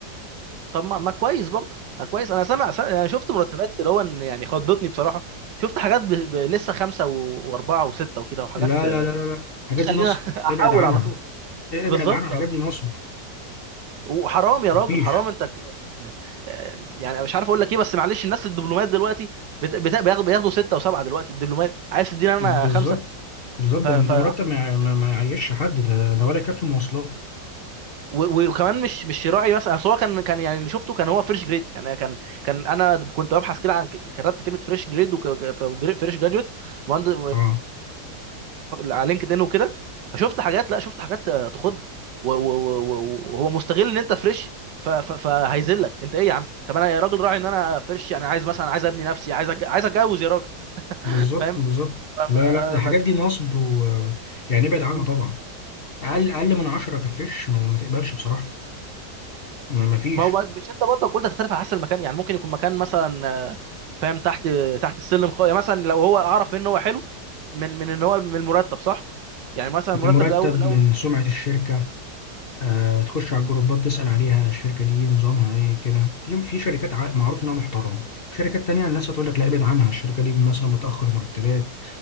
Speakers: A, on the right (about 80°); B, on the left (about 40°).
A: طب ما, ما كويس برضه ما كويس انا سامع سامع- يعني شفت مرتبات كده هو ان يعني خضتني بصراحه شفت حاجات ب... ب... لسه خمسه و... واربعه وسته وكده وحاجات
B: لا
A: آه،
B: لا لا لا لا الحاجات
A: تخلينا
B: دي نصب
A: <laughs> احول
B: ابعد عنها
A: على طول
B: إيه
A: بالظبط
B: ابعد عنها الحاجات
A: اصلا
B: دي نصب
A: وحرام يا
B: مفيش
A: راجل حرام انت ك... آه، يعني مش عارف اقول لك ايه بس معلش الناس الدبلومات دلوقتي بت... بت... بياخدوا بياخدوا سته وسبعه دلوقتي الدبلومات عايز تديني انا
B: بالظبط
A: خمسه
B: بالظبط
A: ف...
B: ده
A: ف...
B: ده مرتب ما يع- ما ما يعيش حد ده ده ولا يكفي مواصلات
A: و- وكمان مش مش راعي مثلا اصل هو كان كان يعني اللي شفته كان هو فريش جريد يعني كان كان انا كنت ببحث كده عن ك- كتبت كلمه فريش جريد وفريش جراجويت مهندس
B: اه
A: على لينكد ان وكده فشفت حاجات لا شفت حاجات آه، تخض و- و- و- و- وهو مستغل ان انت فريش ف- ف- فهيذلك انت ايه يا عم طب انا يا راجل راعي ان انا فريش يعني عايز مثلا عايز ابني نفسي عايز أتج- عايز اتجوز يا راجل
B: بالظبط
A: فاهم
B: بالظبط
A: فما-
B: لا لا الحاجات
A: ما
B: دي نصب و يعني ابعد عنها
A: في
B: طبعا اقل اقل من 10 كفريش ما, ما تقبلش بصراحه ما, ما فيش
A: ما هو مش انت برضه قلت هتختلف على حسب المكان يعني ممكن يكون مكان مثلا آه، فاهم تحت تحت السلم خ... يعني مثلا لو هو اعرف ان هو حلو من من ان هو من المرتب صح يعني مثلا
B: من
A: المرتب
B: مرتب
A: لو لو
B: من سمعه الشركه آه تخش على الجروبات تسال عليها الشركه دي نظامها ايه كده في في شركات ع- معروف انها محترمه في شركات تانية الناس هتقول لك لا ابعد عنها الشركة دي مثلا بتأخر مرتبات